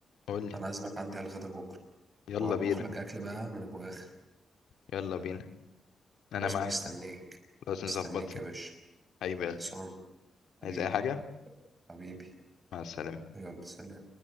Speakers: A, on the left; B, on the right.
A: قول لي
B: انا عازمك عندي على الغدا بكره
A: يلا
B: وهطبخ
A: بينا
B: لك اكل بقى من ابو اخر
A: يلا بينا انا
B: خلاص
A: معاك
B: مستنيك
A: لازم
B: مستنيك
A: نظبط
B: يا باشا
A: حبيب قلبي
B: خلصان حبيبي
A: عايز اي حاجه
B: حبيبي
A: مع السلامه
B: يلا سلام